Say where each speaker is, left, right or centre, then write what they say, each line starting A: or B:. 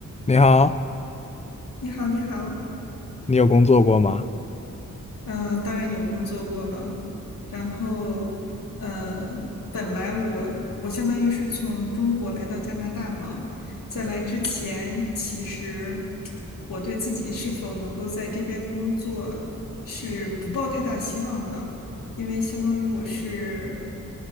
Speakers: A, on the left; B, on the left.
A: 你好，
B: 你好，你好，
A: 你有工作过吗？
B: 嗯、当然有工作过了，然后，呃，本来我我相当于是从中国来到加拿大嘛，在来之前，其实我对自己是否能够在这边工作是不抱太大希望的，因为相当于我是